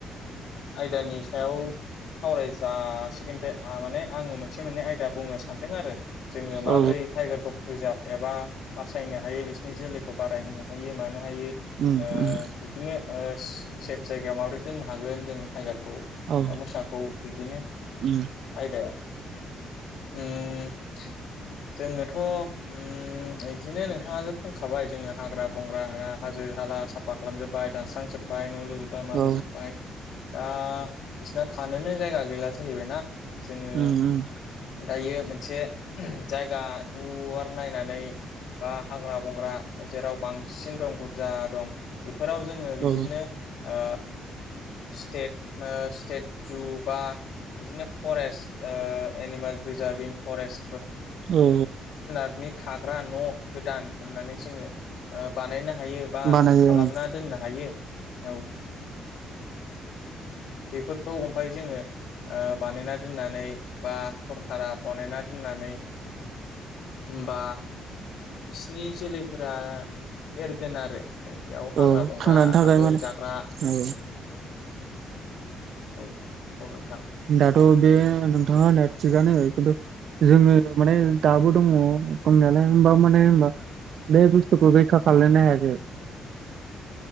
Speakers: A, on the left (about 70°); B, on the right (about 65°).
A: आयदानि सायाव सावराय जासिगोन बे आ माने आंङो मोनसे मोननै आयदा बुंनो सानदों आरो जोङो माबोरै
B: औ
A: टाइगारखौ प्रिजार्भ एबा बासायनो हायो बिसोरनि जोलैखौ बारायहोनो हायो मानो हायो
B: उम उम
A: ओ बिदिनो सेफ जायगायाव माबोरै दोननो हागोन जों टाइगार खौ
B: औ
A: बा मोसाखौ बिदिनो
B: उम
A: आयदायाव ओम जोङोथ' ओम इदिनो नोंथाङा बुंखाबाय जोङो हाग्रा बंग्रा आरा हाजो हाला साफा जोब्बाय दांनस्रां जोब्बाय न'लुजोबबाय मा
B: औ
A: लुजोबबाय दा बिसोना थानोनो जायगा गैला जाहैबायना जोङो
B: उम उम
A: दायो मोन मोनसे जायगा गुवार नायनानै बा हाग्रा बंग्रा जेराव बांसिन दं बुरजा दं बेफोराव जोङो बिदिनो
B: औ
A: आ स्टेट स्टेट जुबा बिदिनो फरेस्ट एनिमेल प्रिजारभिं फरेस्ट
B: औ
A: <unintelligible> थाग्रा न' गोदान होननानै जोङो बानायनो हायो बा
B: बानायो
A: खालामना
B: औ उम
A: दोननो हायो औ
B: <inaudible>
A: बेफोरखौ ओमफाय जोङो ओ बानायना दोननानै बा सरखारा बनायना दोननानै बा बिसिनि जोलैफोरा एरगोन आरो बेयाव हाग्रा
B: औ
A: बंग्रा
B: थांनानै थाखाय
A: थागोन
B: माने
A: जाग्रा
B: औ
A: औ-औ नोंथां।
B: दाथ' बे नोंथाङा होननाया थिगानो खिन्थु जोङो माने दाबो दङ दंनायालाय होनबाबो माने होनबा बे बुस्थुखौ रैखा खालायनो हायाखै